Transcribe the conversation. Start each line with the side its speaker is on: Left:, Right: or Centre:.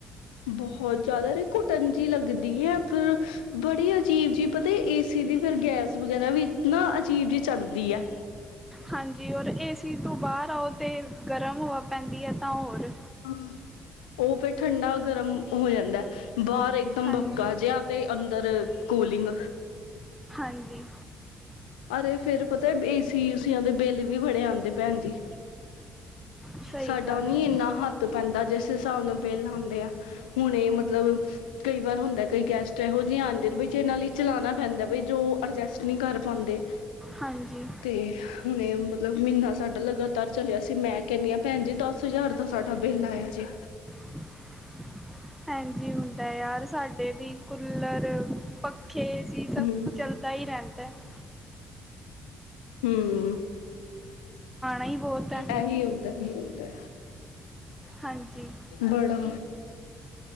Left: ਬਹੁਤ ਜ਼ਿਆਦਾ ਰ ਘੁਟਣ ਜਿਹੀ ਲੱਗਦੀ ਹੈ ਫਿਰ ਬੜੀ ਅਜੀਬ ਜੀ ਪਤਾ ਇਸੀ ਸੀਧੀ ਫਿਰ ਗੈਸ ਵਗੈਰਾ ਵੀ ਨਾ ਅਜੀਬ ਜਿਹੀ ਚੜ੍ਹਦੀ ਹੈ
Centre: ਹਾਂਜੀ ਔਰ ਏ ਸੀ ਤੋਂ ਬਾਹਰ ਆਓ ਤਾਂ ਗਰਮ ਹਵਾ ਪੈਂਦੀ ਹੈ ਤਾਂ ਹੋਰ
Left: ਹੂੰ, ਉਹ ਫੇਿਰ ਠੰਡਾ ਗਰਮ ਹੋ ਜਾਂਦਾ ਬਾਹਰ ਇੱਕਦਮ
Centre: ਹਾਂਜੀ
Left: ਭਾਪਕਾ ਜਿਹਾ ਤੇ ਅੰਦਰ ਕੂਲਿੰਗ
Centre: ਹਾਂਜੀ
Left: ਅਰੇ ਫੇਰ ਪਤਾ ਏਸੀ ਯੂਸੀਆਂ ਦੇ ਬਿੱਲ ਵੀ ਬੜੇ ਆਉਂਦੇ ਭੈਣ ਜੀ
Centre: ਸਹੀ
Left: ਸਾਡਾ
Centre: ਗੱਲ
Left: ਨੀ
Centre: ਹੈ
Left: ਇੰਨਾ
Centre: ਜੀ
Left: ਹੱਥ ਪੈਂਦਾ ਜਿਸ ਹਿਸਾਬ ਨਾਲ ਬਿੱਲ ਆਉਂਦੇ ਆ ਹੁਣ ਇਹ ਮਤਲਬ ਕਈ ਵਾਰ ਹੁੰਦਾ ਕਈ ਗੈਸਟ ਇਹੋ ਜਿਹੀ ਇਹ ਨਾਲ ਹੀ ਚਲਾਉਣਾ ਪੈਂਦਾ ਬਈ ਜੋ ਅਡਜਸਟ ਨਹੀਂ ਕਰ ਪਾਉਂਦੇ
Centre: ਹਾਂਜੀ
Left: ਤੇ ਹੁਣੇ ਮਤਲਬ ਮਹੀਨਾ ਸਾਡਾ ਲਗਾਤਾਰ ਚਲਿਆ ਸੀ ਮੈਂ ਕਹਿੰਨੀ ਹਾਂ ਭੈਣ ਜੀ ਦਸ ਹਜ਼ਾਰ ਦਾ ਸਾਡਾ ਬਿੱਲ ਆਇਆ ਜੀ
Centre: <inaudible> ਹਾਂਜੀ ਹੁੰਦਾ ਯਾਰ ਸਾਡੇ ਵੀ ਕੂਲਰ ਪੱਖੇ ਸੀ ਸਭ
Left: ਹਮ
Centre: ਚਲਦਾ ਹੀ ਰਹਿੰਦਾ ਹੈ। <inaudible>
Left: ਹੂੰ।
Centre: ਹੀ ਬਹੁਤ
Left: ਇਹੀ
Centre: ਹੈ
Left: ਹੁੰਦਾ ਇਹੀ ਹੁੰਦਾ
Centre: ਹਾਂਜੀ
Left: ਵੜਾ